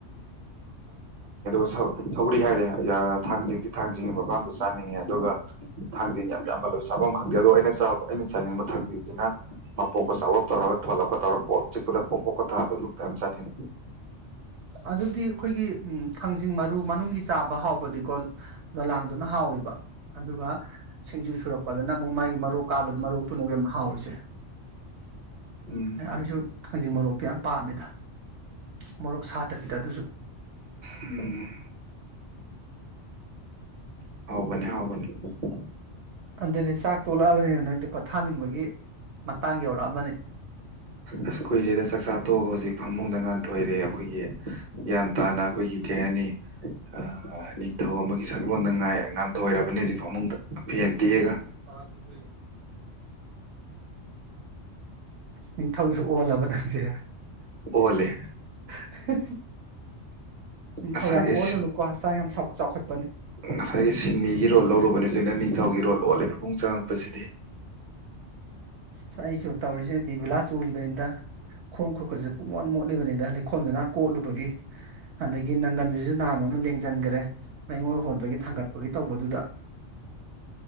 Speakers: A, on the right; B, on the right.
A: ꯁꯧꯒꯔꯤ ꯍꯥꯏꯔꯦ ꯊꯥꯡꯖꯤꯡꯗꯤꯤ ꯊꯥꯡꯖꯤꯡꯒꯤ ꯃꯄꯥꯝꯗꯣ ꯆꯥꯅꯤꯡꯉꯦ ꯑꯗꯨꯒ ꯊꯥꯡꯖꯤꯡ ꯌꯥꯝ ꯌꯥꯝꯃꯜ ꯂꯣꯏ ꯆꯥꯐꯝ ꯈꯪꯗꯦ ꯑꯗꯣ ꯑꯩꯅ ꯑꯩꯅ ꯆꯥꯅꯤꯡꯕ ꯊꯥꯡꯖꯤꯡꯁꯤꯅ ꯃꯄꯣꯛꯀ ꯆꯥꯎꯔꯞ ꯇꯧꯔꯒ ꯊꯣꯂꯞꯄꯀ ꯇꯧꯔꯒ ꯄꯣ ꯆꯤꯛꯄꯗ ꯄꯣꯛꯄꯣꯛꯀ ꯇꯥꯕꯗꯨꯃꯛꯇ ꯌꯥꯝ ꯆꯥꯅꯤꯡꯉꯦ
B: ꯑꯗꯨꯗꯤ ꯑꯩꯈꯣꯏꯒꯤ ꯊꯥꯡꯖꯤꯡ ꯃꯔꯨ ꯃꯅꯨꯡꯒꯤ ꯆꯥꯕ ꯍꯥꯎꯕꯗꯤꯀꯣ ꯂꯂꯥꯡꯗꯨꯅ ꯍꯥꯎꯋꯦꯕ ꯑꯗꯨꯒ ꯁꯤꯡꯖꯨ ꯁꯨꯔꯛꯄꯗꯅ ꯑꯃꯨꯛ ꯃꯥꯒꯤ ꯃꯔꯣꯛ ꯀꯥꯕꯗ ꯃꯔꯣꯛꯇꯨꯅꯦꯕ ꯌꯥꯝ ꯍꯥꯎꯔꯤꯁꯦ
A: ꯎꯝ
B: ꯑꯩꯁꯨ ꯊꯥꯡꯖꯤꯡ ꯃꯔꯣꯛꯇꯤ ꯌꯥꯝ ꯄꯥꯝꯃꯦꯗ ꯃꯔꯣꯔꯣꯛ ꯁꯥꯗꯕꯤꯗ ꯑꯗꯨꯁꯨ
A: ꯎꯝ <unintelligible>
B: ꯑꯗꯨꯗꯤ ꯆꯥꯛ ꯇꯣꯛꯂꯛꯑꯕꯅꯤꯅ ꯅꯣꯏꯗꯤ ꯄꯣꯊꯥꯅꯤꯡꯕꯒꯤ ꯃꯇꯥꯡ ꯌꯧꯔꯛꯑꯃꯅꯤ
A: ꯑꯁ ꯀꯨꯏꯔꯦꯗ ꯆꯥꯛꯆꯥ ꯇꯣꯛꯑꯒ ꯍꯧꯖꯤꯛ ꯐꯃꯨꯡꯗ ꯉꯥꯟꯊꯣꯏꯔꯦ ꯑꯩꯈꯣꯏꯒꯤ ꯟ ꯇꯥꯅ ꯑꯩꯈꯣꯏꯒꯤ ꯀꯩ ꯍꯥꯏꯅꯤ ꯑ ꯏꯊꯧ ꯑꯃꯒꯤ ꯁꯛꯂꯣꯟꯗ ꯉꯥꯏ ꯉꯥꯟꯊꯣꯏꯔꯕꯅꯤ ꯍꯧꯖꯤꯛ ꯐꯃꯨꯡꯗ ꯐꯦꯟ ꯇꯦꯛꯑꯒ
B: ꯅꯤꯡ ꯅꯤꯡꯊꯧꯁꯨ ꯑꯣꯜꯂꯕ ꯅꯪꯁꯦ
A: ꯑꯣꯂꯦ
B: ꯍ ꯍ
A: ꯉꯁꯥꯏꯈꯩ
B: ꯊꯧ ꯌꯥꯝ ꯑꯣꯜꯂꯨꯅꯨꯣꯥꯡ ꯌꯥꯝ ꯆꯈꯠ ꯑꯅꯤ
A: ꯉꯁꯥꯏꯒꯤ ꯁꯤꯟꯃꯤꯒꯤ ꯔꯣꯜ ꯂꯧꯔꯨꯕꯅꯦ ꯍꯧꯖꯤꯅ ꯅꯤꯡꯊꯧꯒꯤ ꯔꯣꯜ ꯑꯣꯜꯂꯦ ꯐꯃꯨꯡ ꯆꯪꯉꯛꯄꯁꯤꯗꯤ
B: ꯑꯁ ꯑꯩꯁꯨ ꯇꯧꯔꯤꯁꯦ ꯕꯤꯕꯨꯂꯥ ꯆꯨꯔꯤꯕꯅꯤꯗ ꯈꯣꯡ ꯈꯨꯀꯠꯁꯨ ꯄꯨꯡꯃꯣꯟ ꯃꯣꯠꯂꯤꯕꯅꯤꯗ ꯂꯩꯈꯣꯝꯁꯤ ꯅꯪ ꯀꯣꯠꯂꯨꯕꯒꯤ ꯑꯗꯒꯤ ꯅꯪꯒꯟꯁꯤꯁꯨ ꯅꯥꯝ ꯑꯃ ꯂꯦꯡꯁꯤꯟꯈꯔꯦ ꯂꯩꯉꯣꯏ ꯍꯣꯟꯕꯒꯤ ꯊꯥꯡꯒꯠꯄꯒꯤ ꯇꯧꯕꯗꯨꯗ